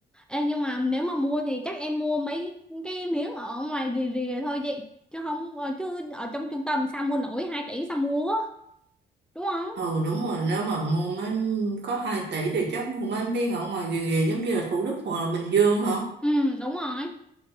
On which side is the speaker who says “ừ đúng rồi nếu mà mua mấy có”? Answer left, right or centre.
Right